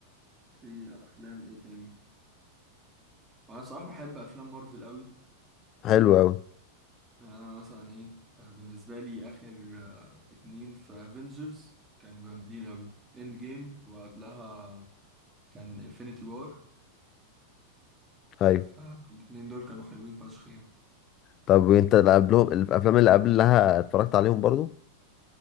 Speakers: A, on the right; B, on the left.
A: في افلام ايه تاني وانا صراحة بحب افلام مارفل قوي
B: حلو قوي
A: يعني انا مثلا ايه آه، بالنسبة لي اخر آه، اتنين في افنجرز كانوا جامدين قوي اند جيم وقبلها كان انفينيتي وار
B: ايوه
A: فالاتنين دول كانوا حلوين فشخ يعني
B: طب وانت اللي قبلهم الافلام اللي قبلها اتفرجت عليهم برضه